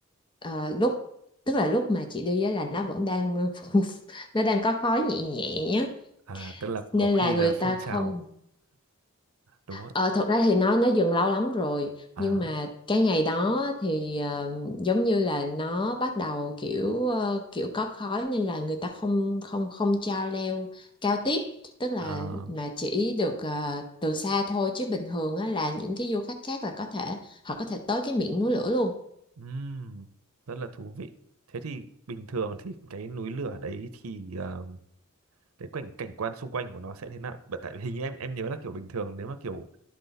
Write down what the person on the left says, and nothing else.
ờ, lúc tức là lúc mà chị đi á là nó vẫn đang <laughs> nó đang có khói nhẹ nhẹ á,
nên
là người
ta không
ờ, thật ra thì nó nó dừng lâu lắm rồi
nhưng mà cái ngày đó thì ờ, giống như là nó bắt đầu kiểu ờ, kiểu có khói nên là người ta không không không cho leo cao tiếp tức là
mà chỉ được ờ, từ xa thôi chứ bình thường á, là những cái du khách khác là có thể họ có thể tới cái miệng núi lửa luôn